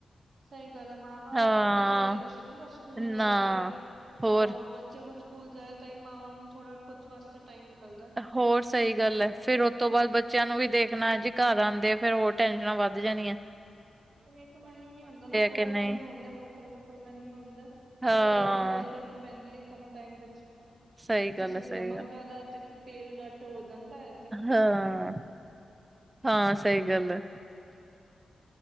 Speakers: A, on the right (about 55°); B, on the right (about 30°).
A: ਸਈ ਗੱਲ ਐ। ਮਾਂਵਾਂ
B: ਹਾਂ
A: ਤਦ ਈ ਵੇਲੀ ਹੋ ਸਕਦੀ ਜਦ ਸਕੂਲ
B: ਨਾ
A: ਜਾਈਏ
B: ਹੋਰ
A: ਔਰ ਬੱਚ ਚਲੋ ਸਕੂਲ ਜਾਏ ਤਾਂ ਈ ਮਾਵਾਂ ਨੂੰ ਥੋੜਾ ਖੁਦ ਵਾਸੇ ਟਾਈਮ ਨਿਕਲਦੈ।
B: ਹੋਰ ਸ ਸਈ ਗੱਲ ਐ। ਫੇਰ ਓ ਤੁਸੀਂ ਤੋਂ ਬਾਦ ਬੱਚਿਆਂ ਨੂੰ ਵੀ ਦੇਖਣਾ ਜੀ ਘਰ ਆਂਦੇ ਫੇਰ ਹੋਰ ਟੈਨਸ਼ਨਾਂ ਵੱਧ ਜਾਣੀਐ।
A: ਫੇਰ ਏਕ ਮੇਨਯੂ ਨੀ ਹੁੰਦਾ ਨਾ ਦੋ
B: ਕਿ ਨਹੀਂ
A: ਮੇਨਯੂ ਹੁੰਦੇ ਵੱਖਰੇ-ਵੱਖਰੇ ਮੇਨਯੂ ਹੁੰਦੇ।
B: ਹਾਂ
A: ਫਿਰ ਤਿਆਰੀ ਡਬਲ ਕਰਨੀ ਪੈਂਦੀ ਏ ਕਮ ਟਾਈਮ ਵਿੱਚ।
B: ਸਹੀ
A: ਕਿਸੇ
B: ਗੱਲ ਹੈ
A: ਵੀ ਨਮਕ
B: ਸਹੀ ਗੱਲ
A: ਜਿਆਦਾ ਤੇਲ ਘੱਟ ਹੋ ਜਾਂਦਾ ਐ।
B: ਹਾਂ-ਹਾਂ ਸਹੀ ਗੱਲ ਐ।